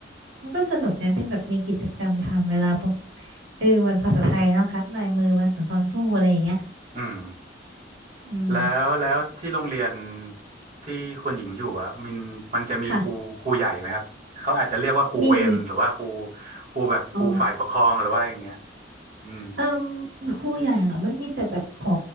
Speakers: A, on the right; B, on the right.
A: มันก็สนุกนะได้แบบมีกิจกรรมทำเวลาพบเออวันภาษาไทยเนาะคัดลายมือวันสุนทรภู่อะไรอย่างเงี้ย
B: อืม
A: อืม
B: แล้วแล้วที่โรงเรียนที่คุณหญิงอยู่อ่ะมันมันจะมีครูครูใหญ่ไหมครับเขาอาจจะเรียกว่าครูเวรหรือว่าครู
A: ค่ะมี
B: ครูแบบครูฝ่ายปกครองหรือว่าอย่างเงี้ย
A: อ๋อ
B: อืม
A: เอ่มครูใหญ่เหรอมันมีแต่แบบผอ